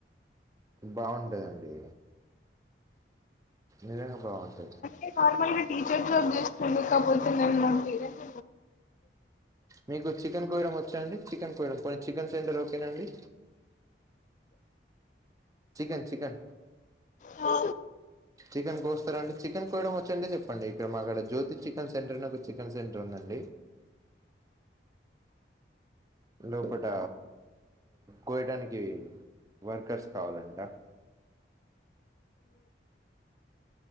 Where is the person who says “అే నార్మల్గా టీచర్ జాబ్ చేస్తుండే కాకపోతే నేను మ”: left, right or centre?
Left